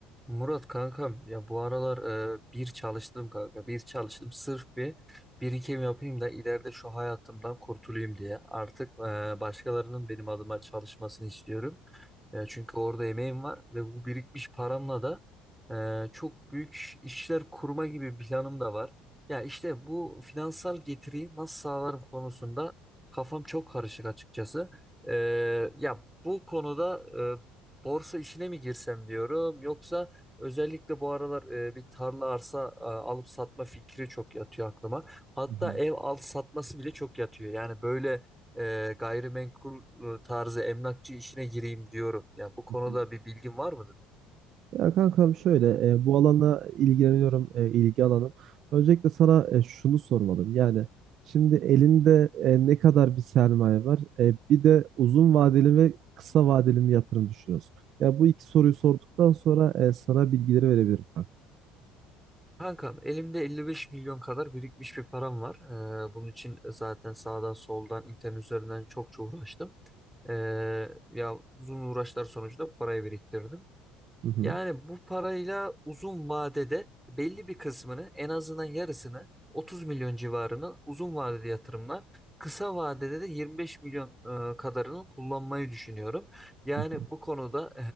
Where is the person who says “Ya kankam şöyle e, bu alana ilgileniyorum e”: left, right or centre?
Right